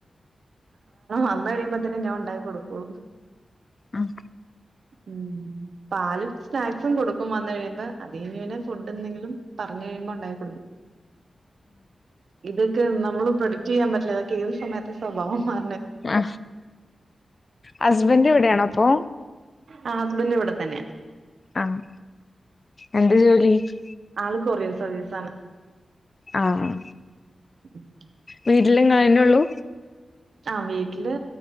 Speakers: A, on the right (about 70°); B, on the left (about 40°).
A: വന്ന കഴിയുമ്പോത്തന്നെ ഞാൻ ഉണ്ടാക്കി കൊടുക്കുള്ളൂ
B: ഉം
A: ഉം പാലും സ്നാക്സും കൊടുക്കും വന്ന കഴിയുമ്പോ അതഞ്ഞുനെ ഫുഡ് എന്തെങ്കിലും പറഞ്ഞഞ് കഴിയുമ്പോ ഉണ്ടാക്കി കൊടുക്കും ഇതൊക്കെ നമ്മള് പ്രൊഡക്ട് ചെയ്യൻ പറ്റില്ല ഏ സമയ സ്വഭം മാ
B: ആ ഹസ്ബൻഡ് എവിടെയാണ അപ്പൊ
A: ആ ഹസ്ബൻഡന്റെ ഇവിടെ തന്നെയാ
B: ആഹ് എന്ത് <unintelligible> <inaudible>
A: ആള് കൊറേ ദിവസം അവധി ദെവസമാണ്
B: ആഹ് ആഹ്
A: <inaudible>
B: വീട്ടില് നിങ്ങള് തന്നേയുള്ളു
A: ആഹ് വീട്ടില്